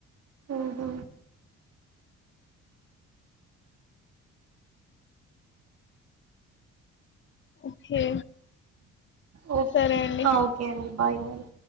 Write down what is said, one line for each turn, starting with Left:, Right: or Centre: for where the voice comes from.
Right: మ్ హు
Left: ఓకే
Right: ఓ
Left: సరే అండి
Right: ఓకే అండి బాయ్ మరి